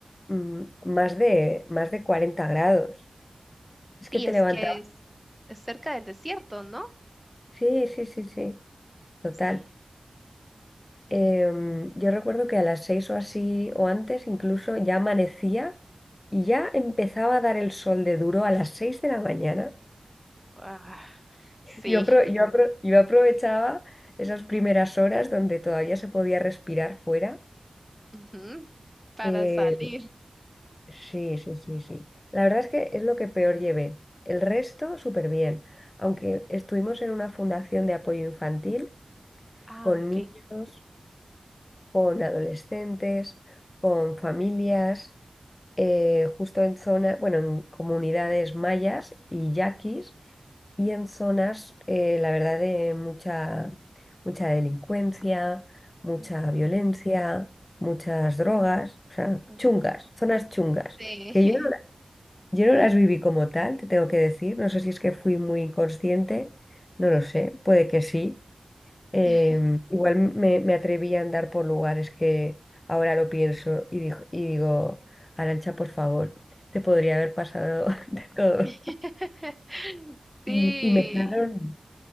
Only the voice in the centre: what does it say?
Sí,
es
que es, es cerca del desierto, ¿no?
Sí.
Ah, sí.
Ujú. Para
salir.
Ah,
ok.
Ujú,
ujú.
Sí.
<laughs>
<laughs>
Sí,